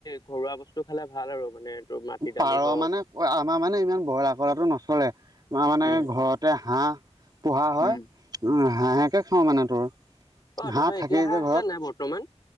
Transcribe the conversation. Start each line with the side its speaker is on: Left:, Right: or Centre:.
Left: ঘৰুৱা বস্তু টো খালে ভাল আৰু মানে তোৰ মাটি দালি
Right: পাৰ
Left: হওক
Right: মানে আমাৰ মানে ইমান ব্ৰইলাৰ খোৱাটো নচলে, মানে
Left: উম
Right: ঘৰতে হাঁহ পোহা হয়,
Left: উম
Right: উম হাঁহকে খাওঁ মানে তোৰ
Left: অই
Right: হাঁহ
Left: তহঁতৰ
Right: থাকেই
Left: এতিয়া হাহ
Right: যে ঘৰত
Left: আছে নাই বৰ্তমান?